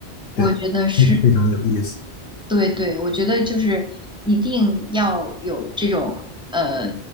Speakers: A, on the left (about 70°); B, in the centre.
A: 对，
B: 我觉得是。
A: 非非常有意思。
B: 对对，我觉得就是一定要有这种呃，